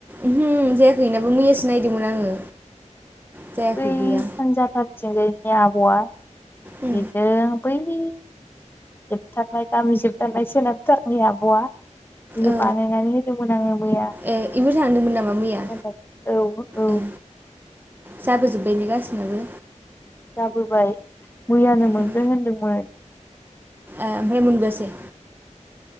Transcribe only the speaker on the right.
ओमहो जायाखै बेनाबो मैयासो नायदोंमोन आङो जायाखै
गैया
उम
ओ
ए बेबो थांदोंमोन नामा मैया
ए जाबोजोब्बाय न गासिनाबबो
उम
ओमफ्राय मोनबोआसै